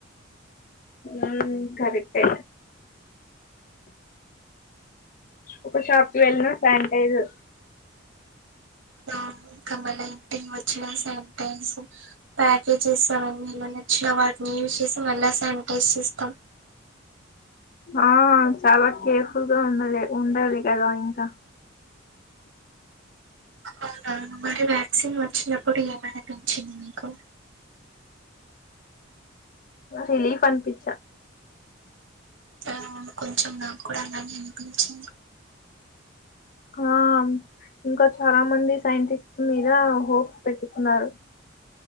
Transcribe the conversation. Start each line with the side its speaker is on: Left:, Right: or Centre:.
Left: ఉమ్మ్ కరెక్టే ఒక షాప్‌కి వెళ్ళిన శానిటైజర్
Right: అవునవును ఇంకా మళ్ళ ఇంటికి వచ్చినా శానిటైజర్ ప్యాకేజేస్ అవన్నీ ఏమన్నా తేచ్చిన వటిని యూస్ చేసి మళ్ళా శానిటైజ్ చేస్తాం
Left: ఆ చాలా కేర్ఫుల్‌గా ఉండాలి ఉండాలి కదా ఇంకా
Right: అవునా మరి వ్యాక్సిన్ వచ్చినప్పుడు ఏమనిపించింది మీకు
Left: రిలీఫ్ అనిప్పిచా
Right: ఆ అవును కొంచెం నాకూడా అలానే అనిపించింది
Left: ఆ ఇంకా చాలా మంది సైంటిస్ట్ మీద హోప్స్ పెట్టుకున్నారు